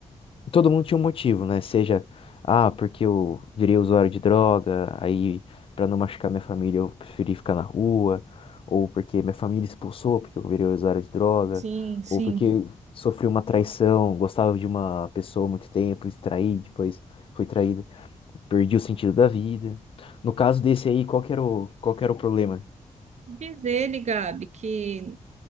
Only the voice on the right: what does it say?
sim, sim.
Diz ele, Gabi, que.